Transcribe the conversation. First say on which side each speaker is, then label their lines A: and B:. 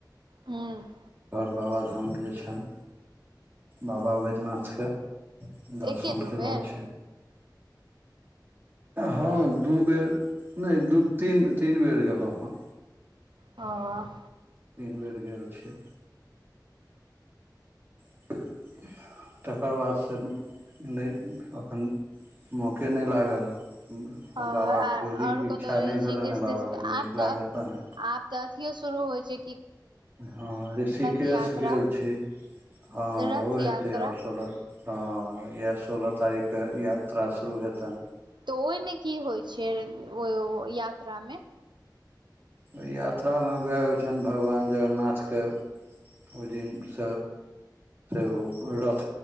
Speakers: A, on the right; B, on the right.
A: हूँ
B: घर बाबाधाम जे छैन बाबा बैद्यनाथ के दर्शन
A: एके दू
B: केलौ
A: बेर
B: छे हँ दू बेर नै दु- तीन -तीन तीन बेर गेलौ हँ
A: हँ
B: तीन बेर गेल छै <inaudible> तकर बाद से नैय एखन मौके नैय लागलए
A: आओर
B: बाबा के डोरी इच्छा
A: कतहु
B: नैय
A: ऋषिकेश
B: भेलैन हाँ बाबाके
A: तिर्षिकेश
B: डोरी
A: आब तऽ
B: लागत तहन
A: आब तऽ अथियो शुरू होय छैय
B: हँ ऋषिकेश
A: यात्रा
B: गेल छी हँ
A: रथ
B: ओहो
A: यात्रा
B: हेतै आब सोलर हँ इएह सोलह तारीक क यात्रा शुरू हेतनि
A: तऽ ओय मे की होय छैय ओ यात्रा मे
B: ओय यात्रा मे उएह होय छैय भगवान जगरन्नाथके ओय दीन स -से रथ